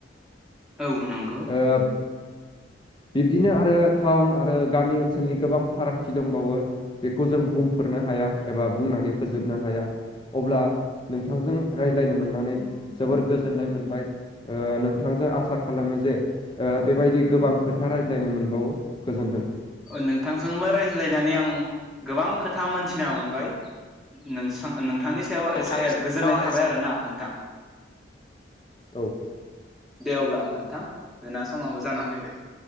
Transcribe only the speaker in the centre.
औ नंगौ।
नोंथांजोंबो रायज्लायनानै आं गोबां खोथा मोनथिना मोनबाय नोंसा नोंथांनि सायाव एसे
गोजोननाय थाबाय
आरोना नोंथां।
दे अब्ला नोंथां जोंना समाबो जाना फैबाय।